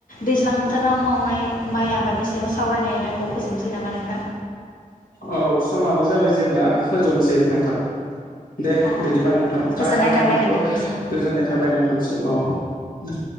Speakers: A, on the left; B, on the left.
A: दैज्लां बोथोराव मावनाय माइ आबादनि सायाव सावरायनाय आयदाखौ फोजोबनोसै नामा नोंथां?
B: औ समाबो जाबाय जेब्ला फोजोबनोसै नोंथां। दे
A: अ
B: बिदिबा नोंथां
A: गोजोननाय
B: गाहाय हामलायनायखौ
A: थाबाय नोंथांनिसिम
B: गोजोननाय थाबाय नोंथांसिम औ। द